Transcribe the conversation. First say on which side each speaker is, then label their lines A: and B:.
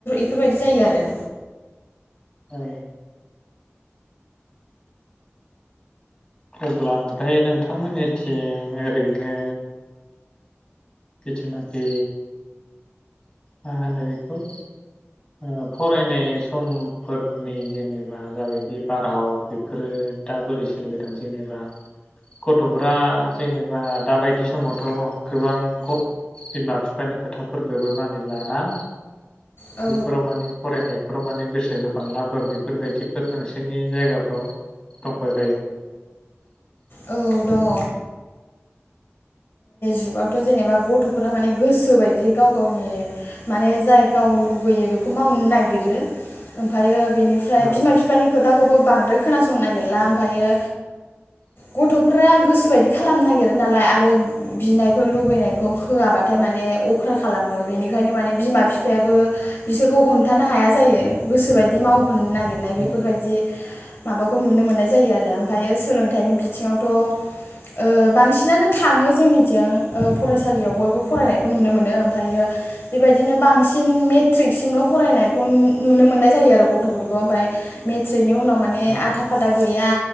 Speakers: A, on the left; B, on the left.
A: इफोरबायदि जायो आरो
B: औ अब्ला ओमफ्राय नोंथांमोननिथिं ओरैनो जिथुनाखि मा होनो बेखौ ओ फरायनाय समफोरनि जेनेबा जाबायदि बारहावा बेफोरो दा बोरै सोलिबाय दं जेनेबा गथफ्रा जेनेबा दाबायदि समावथ गोबां बिमा बिफानि खोथाफोरखौबो मानिलाना
A: औ
B: बेफोराव माने फरायनाय बेफोराव माने गोसो गोबांलाफोर बेफोरबायदिफोर नोंसोरनि जायगाफ्राव दंबाय
A: औ औ दङ जुगावथ जेनेबा गथफोरा माने गोसो बायदि गाव गावनि माने जाय गाव लुगैयो बेखौ मावनो नागिरो ओमफ्रायो बेनिफ्राय
B: औ
A: बिमा बिफानि खोथा खौबो बांद्राय खोनासंनो नागिरला ओमफ्रायो गथफोरा गोसोबायदि खालामनो नागिरो नालाय आरो बिनायखौ लुबैनायखौ होआबाथाय माने अख्रा खालामो बेनिखायनो माने बिमा बिफायाबो बिसोरखौ हमथानो हाया जायो गोसोबादि माव होननो नागिरनाय
B: औ
A: बेफोरबायदि माबाखौ नुनो मोननाय जायो आरो ओमफायो सोलोंथाइनि बिथिङावथ ओ बांसिनानो थाङो। जोंनिथिं ओ फरायसालियाव बयबो फरायनायखौ नुनो मोनो ओमफायो। बेबायदिनो बांसिन मेट ट्रिक सिमल' फरायनायखौ नुनो मोननाय जायो आरो गथफोरखौ ओमफाय मेट्रिक। उनाव माने
B: औ
A: आथा फाथा। गैया